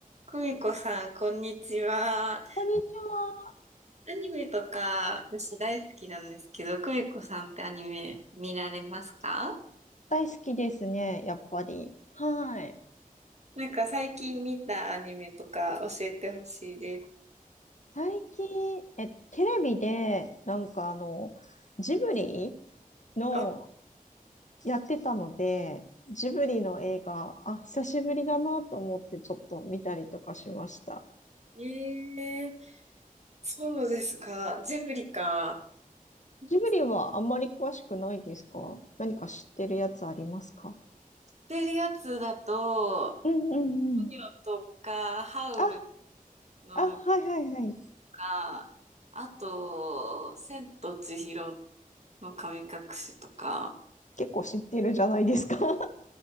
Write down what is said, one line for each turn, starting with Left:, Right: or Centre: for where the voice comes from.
Right: 久美子さん、こんにちは。ア
Left: こんにちは。
Right: ニメとか、私大好きなんですけど、久美子さんってアニメ見られますか
Left: 大好きですね、やっぱり。はい。
Right: なんか最近見たアニメとか教えてほしいです。
Left: 最近、え、テレビで、なんかあの、ジブリの
Right: あ、
Left: やってたので、ジブリの映画、あ、久しぶりだなと思ってちょっと見たりとかしました。
Right: ええそうですか。ジブリか。言っ
Left: ジブリはあんまり詳しくないですか何か知ってるやつありますか
Right: てるやつだと、
Left: うんうんうん。
Right: ポニョとか、ハウル
Left: あ、
Right: の
Left: あ、はいはいはい。
Right: か、あと、千と千尋の神隠しとか、
Left: 結構知ってるじゃないですか。<laughs> は